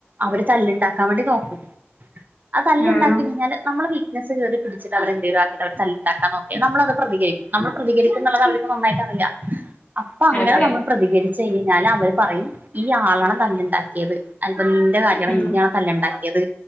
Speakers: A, on the right; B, on the left.
A: അവര് തല്ലുണ്ടാക്കാൻ വേണ്ടി നോ <unintelligible> അ തല്ല്ണ്ടാക്കി
B: ഉം
A: കഴിഞ്ഞാല് നമ്മളെ വീക്നസ്സ് കേറി പിടിച്ചിട്ട് അവര് എന്തേലും ആക്കീട്ട് അവിടെ തല്ല് ഉണ്ടാക്കാൻ നോക്കിയാ നമ്മളത് പ്രതികരി നമ്മൾ പ്രതികരിക്കുംന്ന്ള്ളത് അവർക്ക് നന്നായിട്ടറിയാ <inaudible> അപ്പൊ അങ്ങനെ
B: അതെ
A: നമ്മൾ പ്രതികരി ചെയ്യ്നാൽ അവർ പറയും ഈ ആളാണ് തല്ല്ണ്ടാക്കിയത് <unintelligible> നിന്റെ കാര്യാണ്
B: ഉം
A: നിയാണ് തല്ല് ഇണ്ടാക്കിയത്